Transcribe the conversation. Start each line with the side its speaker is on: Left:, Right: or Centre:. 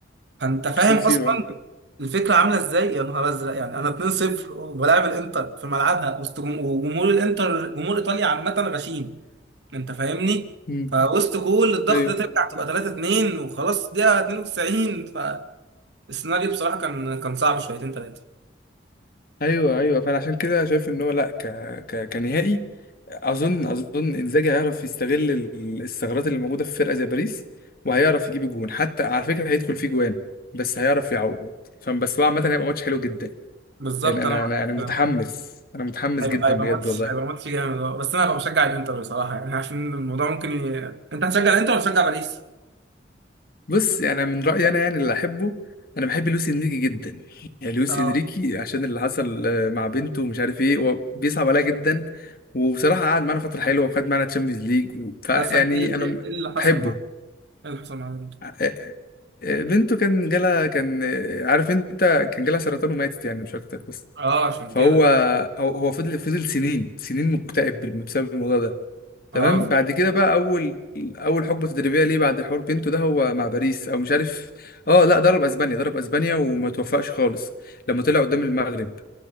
Right: فانت فاهم
Left: سلسيرو
Right: اصلا
Left: اه
Right: الفكره عامله ازاي يا نهار ازرق يعني انا 2-0 وبلاعب الانتر في ملعبها وسط جم- وجمهور الانتر جمهور ايطاليا عامه غشيم انت فاهمني
Left: مم.
Right: فوسط كل الضغط
Left: ايوه
Right: ده ترجع تبقى 3-2 وخلاص دقيقه 92 فالسيناريو بصراحه كان كان صعب شويتين ثلاثه
Left: ايوه ايوه فانا عشان كده شايف ان هو لا ك... ك... كنهائي اظن اظن انزاجي هيعرف يستغل ال- الثغرات اللي موجوده في فرقه زي باريس وهيعرف يجيب جون حتى على فكره هيدخل فيه جوان بس هيعرف يعوض فبس هو عامه هيبقى ماتش حلو جدا
Right: بالظبط
Left: يعني انا
Right: انا معاك
Left: انا انا متحمس
Right: معاك.
Left: انا متحمس
Right: هيبقى
Left: جدا
Right: هيبقى
Left: بجد
Right: ماتش
Left: والله
Right: هيبقى ماتش جامد اه. بس انا هبقى بشجع الانتر بصراحه يعني عشان الموضوع ممكن ي... انت هتشجع الانتر ولا تشجع باريس؟
Left: بص يعني أنا من رايي انا يعني اللي احبه انا بحب لويس انريكي جدا يعني لويس
Right: اه
Left: انريكي عشان اللي حصل آه، مع بنته ومش عارف ايه هو بيصعب عليا جدا وبصراحه قعد معانا فتره حلوه وخد معانا تشامبيونز ليج فيعني
Right: بس ايه إيه-
Left: انا
Right: إيه اللي حصل
Left: بحبه
Right: مع ايه اللي حصل مع
Left: آه، آه، آه، بنته كان جالها كان آه، عارف انت كان جالها سرطان وماتت يعني مش اكتر بس
Right: اه عشان
Left: فهو
Right: كده
Left: هو هو فضل فضل سنين سنين مكتئب بسبب الموضوع ده
Right: اه
Left: تمام بعد كده بقى اول اول حقبه تدريبيه ليه بعد حوار بينتو ده هو مع باريس او مش عارف اه لا ضرب اسبانيا ضرب اسبانيا وما توفقش خالص لما طلع قدام المغرب